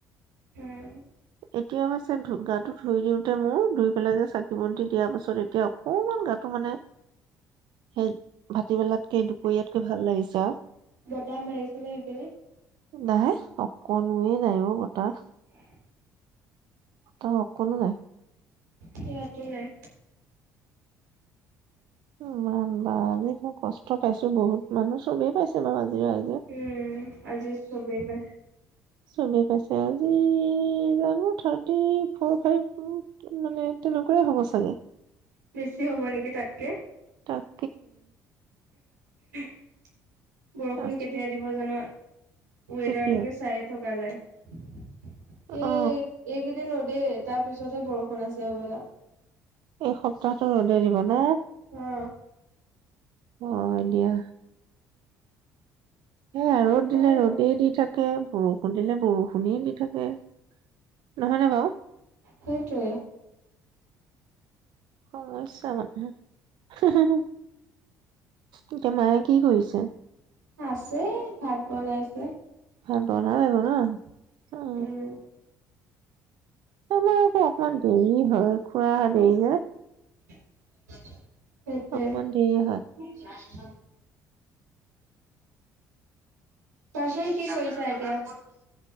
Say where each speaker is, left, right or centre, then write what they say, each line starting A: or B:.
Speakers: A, on the right; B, on the right.
A: উম
B: এতিয়া অৱশ্যে ধুকগাতটো ধুই দিওঁতে মোৰ ধুই পেলাই যে চাগে <unintelligible> শমন্তি দিয়াৰ পাছত এতিয়া অকমান গাটো মানে সেই ভ ৰাাটবেলাতকে দুপৰীয়াতকৈ ভাল লাগিছে আৰু
A: বতাহ মাৰিছেনে সেইপিনে?
B: নাই, অকণো নাই অ বতাহ।
A: <inaudible>
B: ত কোনো নাই
A: সয়টো লাই
B: ইমান বা আ কষ্ট পাইছো বহুত মানুহ চবেই পাইছে বাৰু আজি ৰাইজে
A: উম আজি চবেই পাইছে
B: ছবি পাইছে আজি জানো থাৰ্টি ফৰ ফাইভ মানে তেনেকুৱাই হ'ব চাগে
A: বেছি হ'ব নেকি তাতকে
B: তাত
A: <unintelligible> বৰষুণ
B: আচৰিত
A: কেতিয়া দিব জানো ৱেডাৰটোকে
B: কেতিয়া
A: চাইে থকা যায় উ <inaudible> এই
B: অ
A: এক দিন দেই তাৰ পিছতহে বৰষুণ আছে হ'বলা
B: এসপ্তাহটো ৰ'দে দিব না
A: অ
B: অ দ দিয়া সেয়া ৰ'দ
A: উপায়
B: দিলে ৰ'দেই
A: নাই।
B: দি থাকে বৰষুণ দিলে বৰষুণেই দি থাকে নহয় নেবাও?
A: সেইটোৱে
B: অ চামান হে হে এতিয়া মায়ে কি কৰিছে
A: আছে ভাত বনাইছে
B: আৰু বনালে বনাই অ
A: উম,
B: অ অকমান দেৰি হয় খুৰা দেৰি যে
A: চো চো
B: অকমান দেৰি হয়।
A: সেইটোয় পাচেল কি কৰিছা এতিয়া